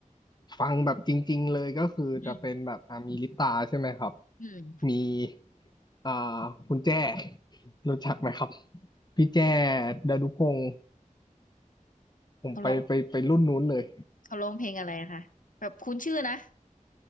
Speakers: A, on the left (about 30°); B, on the left (about 75°).
A: ฟังแบบจริงๆเลยก็คือจะเป็นแบบอ่ะมีลิปตาใช่ไหมครับ
B: อืมอืม
A: มีอ่าคุณแจ้ <laughs> รู้จักไหมครับพี่แจ้ดานุพงศ์ผมไปไปไปรุ่นนู้นเลย
B: เขาร้องเขาร้องเพลงอะไรอะคะแบบคุ้นชื่อนะ